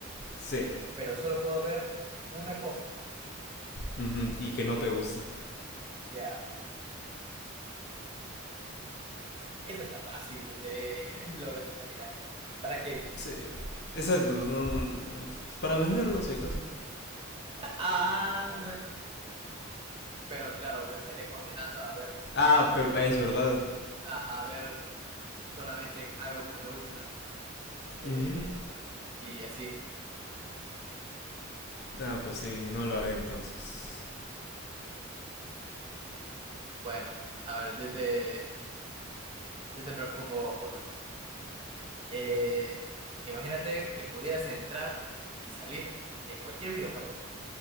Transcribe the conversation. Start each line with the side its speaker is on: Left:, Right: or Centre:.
Left: Sí.
Right: pero solo puedo ver una cosa.
Left: Ujú, Y que no te gusta.
Right: Ya, eso está fácil. eh, <laughs> lo rechazaría. ¿Para qué?
Left: Sí. Exacto. no- para venderlo, si acaso.
Right: Ah, bueno. Pero claro, me estaría condenando a ver,
Left: Ah,
Right: eh,
Left: pero es verdad.
Right: a ver solamente algo que no me gusta. Eh,
Left: Ujú.
Right: y así.
Left: Ah, pues sí, no lo haré entonces.
Right: Bueno, a ver, yo te, yo te propongo una cosa. Eh, imagínate que pudieras entrar y salir de cualquier videojuego,